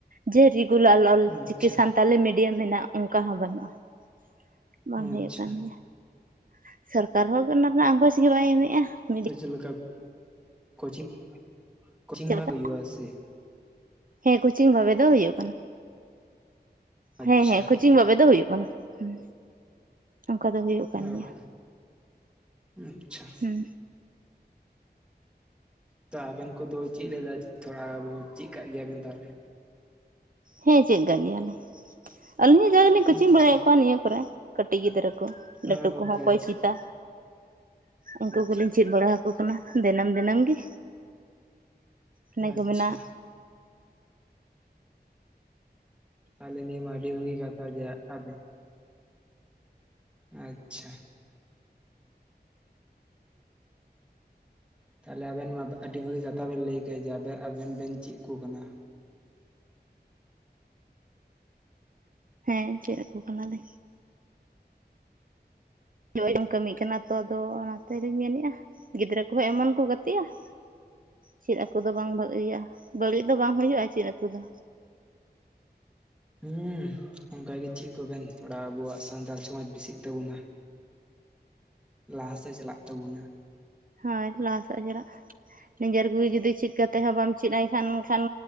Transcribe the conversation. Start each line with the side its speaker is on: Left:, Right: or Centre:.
Right: ᱡᱮ ᱨᱮᱜᱩᱞᱟᱨ ᱚᱞᱪᱤᱠᱤ
Centre: ᱟᱪᱪᱷᱟ
Right: ᱥᱟᱱ ᱛᱟᱞᱤ ᱢᱤᱰᱤᱭᱟᱢ ᱢᱮᱱᱟᱜ ᱚᱱᱠᱟ ᱦᱚᱸ ᱵᱟᱹᱱᱩᱜᱼᱟ ᱾ ᱵᱟᱝ
Centre: ᱟᱪᱪᱷᱟ
Right: ᱦᱩᱭᱩᱜ ᱠᱟᱱ ᱜᱮᱭᱟ ᱾ ᱥᱚᱨᱠᱟᱨ ᱦᱚᱸ ᱚᱱᱟ ᱨᱮᱱᱟᱜ ᱟᱸᱜᱚᱪ ᱜᱮ ᱵᱟᱭ ᱮᱢᱮᱜᱼᱟ ᱾
Centre: ᱛᱚ ᱪᱮᱫ ᱞᱮᱠᱟ ᱠᱳᱪᱤᱝ ᱠᱳᱪᱤᱝ
Right: ᱪᱮᱫ
Centre: ᱦᱚᱸ
Right: ᱞᱮᱠᱟ
Centre: ᱵᱟᱝ ᱦᱩᱭᱩᱜᱼᱟ ᱥᱮ,
Right: ᱦᱮᱸ ᱠᱳᱪᱤᱝ ᱵᱷᱟᱵᱮ ᱫᱚ ᱦᱩᱭᱩᱜ ᱠᱟᱱᱟ
Centre: ᱟᱪᱪᱷᱟ
Right: ᱦᱮᱸ ᱦᱮᱸ ᱠᱳᱪᱤᱝ ᱵᱷᱟᱵᱮ ᱫᱚ ᱦᱩᱭᱩᱜ ᱠᱟᱱᱟ ᱾ ᱠᱟᱱᱟ ᱦᱩᱸ ᱚᱝᱠᱟ ᱫᱚ ᱦᱩᱭᱩᱜ ᱠᱟᱱ
Centre: ᱚ
Right: ᱜᱮᱭᱟ
Centre: ᱟᱪᱪᱷᱟ
Right: ᱦᱩᱸ
Centre: ᱛᱚ ᱟᱵᱮᱱ ᱠᱚᱫᱚ ᱪᱮᱫ ᱞᱮᱫᱟ ᱛᱷᱚᱲᱟ ᱵᱳ ᱪᱮᱫ ᱠᱟᱜ ᱜᱮᱭᱟᱵᱮᱱ ᱛᱟᱦᱚᱞᱮ
Right: ᱦᱮᱸ ᱪᱮᱫ ᱠᱟᱜ ᱜᱮᱭᱟᱞᱤᱧ ᱟᱹᱞᱤᱧᱟᱜ ᱡᱟᱜ ᱫᱟᱞᱤᱧ
Centre: ᱟᱪᱪᱷᱟ
Right: ᱠᱳᱪᱤᱝ ᱵᱟᱲᱟᱭᱮᱫ ᱠᱚᱣᱟ ᱱᱤᱭᱟᱹ ᱠᱚᱨᱮ ᱠᱟᱹᱴᱤᱡ ᱜᱤᱫᱽᱨᱟᱹ ᱠᱚ
Centre: ᱚ
Right: ᱞᱟᱹᱴᱩ
Centre: ᱟᱪᱪᱷᱟ
Right: ᱠᱚᱦᱚᱸ ᱠᱚᱠᱚᱭ ᱪᱮᱛᱟ ᱩᱱᱠᱩ
Centre: ᱟᱪᱪᱷᱟ
Right: ᱠᱚᱞᱤᱧ ᱪᱮᱫ ᱵᱟᱲᱟᱦᱟᱠᱚ ᱠᱟᱱᱟ ᱫᱤᱱᱟᱹᱢ ᱫᱤᱱ ᱫᱤᱱᱟᱹᱢ ᱜᱮ ᱮᱱᱮ
Centre: ᱟᱪᱪᱷᱟ ᱟᱪᱪᱷᱟ
Right: ᱠᱚ ᱢᱮᱱᱟᱜ
Centre: ᱛᱟᱞᱮ ᱱᱤᱭᱟᱹ ᱢᱟ ᱟᱹᱰᱤ ᱵᱷᱟᱹᱜᱤ ᱠᱟᱛᱷᱟ ᱡᱮ ᱟᱵᱮᱱ ᱟᱪᱪᱷᱟ ᱛᱟᱦᱚᱞᱮ ᱟᱵᱮᱱ ᱢᱟ ᱟᱹᱰᱤ ᱵᱷᱟᱹᱜᱤ ᱠᱟᱛᱷᱟ ᱵᱮᱱ ᱞᱟᱹᱭ ᱠᱮᱜ ᱡᱮ ᱟᱵᱮᱱ ᱵᱮᱱ ᱪᱮᱫ ᱟᱠᱩ ᱠᱟᱱᱟ
Right: ᱦᱮᱸ ᱪᱮᱫ ᱟᱠᱩ ᱠᱟᱱᱟᱞᱮ <unintelligible> ᱠᱟᱹᱢᱤ ᱠᱟᱱᱟ ᱛᱚ ᱟᱫᱚ ᱚᱱᱟ ᱛᱮᱞᱤᱧ ᱢᱮᱱᱮᱫᱼᱟ ᱜᱤᱫᱽᱨᱟᱹ ᱠᱚᱦᱚᱸ ᱮᱢᱚᱱ ᱠᱚ ᱜᱟᱛᱮᱜᱼᱟ ᱾ ᱪᱮᱫ ᱟᱠᱚ ᱫᱚ ᱵᱟᱝ ᱵᱷᱟᱹᱜᱤᱭᱟ ᱵᱟᱹᱲᱤᱡ ᱫᱚ ᱵᱟᱝ ᱦᱳᱭᱳᱜᱼᱟ ᱪᱮᱫ ᱱᱩᱠᱳ ᱫᱚ,
Centre: <unintelligible> ᱦᱩᱸ ᱚᱝᱠᱟᱜᱤ ᱪᱮᱫ ᱠᱩᱵᱮᱱ ᱛᱷᱚᱲᱟ ᱟᱵᱩᱣᱟᱜ ᱥᱟᱱᱛᱟᱞ ᱥᱚᱢᱟᱡᱽ ᱵᱤᱥᱤᱜ ᱛᱟᱵᱚᱱᱟ ᱞᱟᱦᱟᱥᱮᱫ ᱪᱟᱞᱟᱜ ᱛᱟᱵᱩᱱᱟ
Right: ᱦᱳᱭ ᱞᱟᱦᱟᱥᱮᱫ ᱪᱟᱞᱟᱜ ᱱᱤᱡᱮᱨ ᱠᱚᱜᱤ ᱡᱩᱫᱤ ᱪᱤᱫ ᱠᱟᱛᱮᱫ ᱦᱚᱸ ᱵᱟᱢ ᱪᱮᱫ ᱟᱭ ᱠᱷᱟᱱ ᱠᱷᱟᱱ